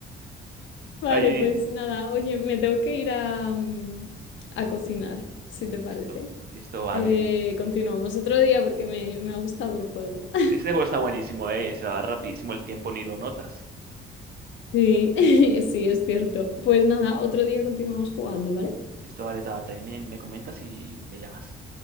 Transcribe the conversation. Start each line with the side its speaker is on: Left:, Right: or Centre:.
Left: Vale,
Right: Ahí,
Left: pues nada, oye, me tengo que ir a, mm, a cocinar, si te parece.
Right: listo, listo, vale.
Left: Eh, continuamos otro día porque me, me ha gustado el juego. <laughs>
Right: Este juego está buenísimo, eh, se va rapidísimo el tiempo, ni lo notas.
Left: Sí, <laughs> sí, es cierto. Pues nada, otro día continuamos jugando, ¿vale?
Right: Listo, vale, Tabata, ahí me, me comentas y me llamas.